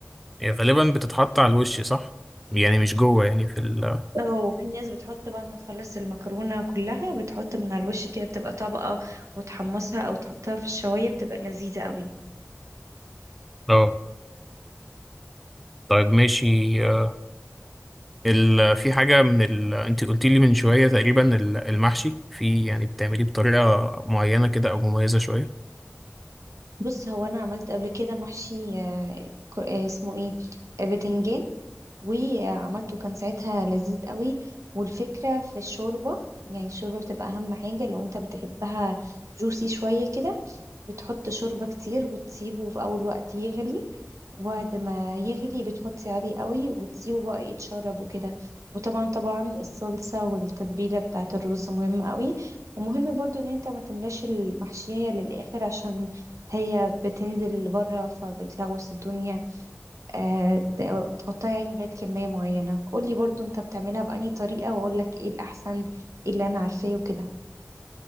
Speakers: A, in the centre; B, on the right.
A: يعني غالبا بتتحط على الوش صح يعني مش جوه يعني في ال
B: اه في ناس بتحط بعد ما تخلص المكرونة كلها بتحط من على الوش كده بتبقى طبقة وتحمصها او تحطها في الشواية بتبقى لذيذة قوي
A: اه طيب ماشي آه. ال... في حاجة من ال... انت قلت لي من شوية تقريبا ال- المحشي في يعني بتعمليه بطريقة معينة كده او مميزة شوية
B: بص هو انا عملت قبل كده محشي آه، ك- آه، اسمه ايه آه، بتنجان وعملته كان ساعتها لذيذ قوي والفكرة في الشوربة يعني الشوربة بتبقى أهم حاجة لو أنت بتحبها جوسي شوية كده بتحط شوربة كتير وتسيبه في أول وقت يغلي وبعد ما يغلي بتوطي عليه قوي وتسيبه بقى يتشرب وكده وطبعا طبعا الصلصة والتتبيلة بتاعة الرز مهمة قوي ومهم برضو ان انت ما تملاش المحشية للآخر عشان هي بتنزل بره فبتلغوص الدنيا آه، ت- تحطها يعني لغاية كمية معينة قولي برضو انت بتعملها بأني طريقة واقولك ايه الأحسن ايه اللي انا عارفاه وكده